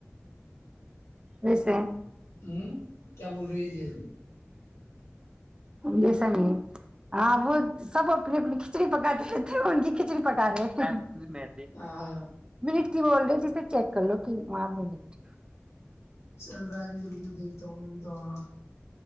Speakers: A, on the right; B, on the left.
A: ویسے
B: ہوں کیا بول رہی ہے جی
A: جیسا نہیں ہاں وہ سب اپنی اپنی کھچڑی پکاتے رہتے ان کی کھچڑی پکا رہے ہیں میں
B: ہاں
A: م بول رہے جسے چیک کر لو کہاں منٹ
B: چل رہا ہےب گرو کو دیکھتا ہوں میں بھی تو آا